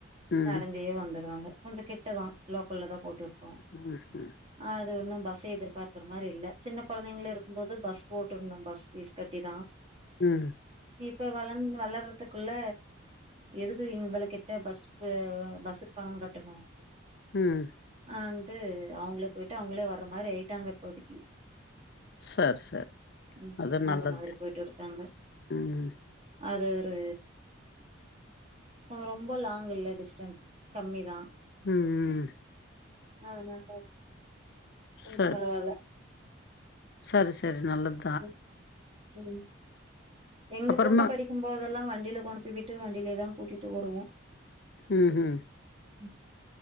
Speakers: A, on the left; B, on the right.
A: ம்
B: நடந் தே வந்துடுவாங்க கொஞ்சோ கிட்ட தா லோக்கல்ல தா போட்டுருக்கோ
A: ம் ம்
B: அது ஒன்னு பஸ்ஸே எதிர்பார்க்கற மாரி இல்ல சின்ன கொழந்தைங்கல இருக்கும் போது பஸ் போட்ருந்தோ பஸ் பீஸ் கட்டி தா
A: ம்
B: இப்ப வளந்து வளர்றதுக்குள்ள எதுக்கு இவுங்கள கிட்ட பஸ் பஸ்ஸுக்கு பணம் கட்டணு
A: ம்
B: ஆன்ட்டு அவுங்ள போயிட்டு அவுங்ளே வர்ற மாரி ஆயிட்டாங்க இப்போதிக்கி
A: சரி சரி
B: ம்
A: அது
B: அந்த
A: நல்லதுதா
B: மாதிரி போயிட்டு இரு க்காங்க
A: ம்
B: அது ஒரு ரொம்ப லாங் இல்ல டிஸ்டன்ஸ் கம்மிதா
A: ம் ம்
B: அதனால கொஞ்ச
A: சரி
B: பரவால்ல
A: சரி சரி நல்லது
B: ம் ம் எங்க
A: அப்பறமா
B: பொண்ணு படிக்கும் போதெல்லா வண்டியில கொண்டு போய் விட்டு வண்டியிலே தா கூட்டிட்டு வருவோ
A: ம் ஹூ
B: ம்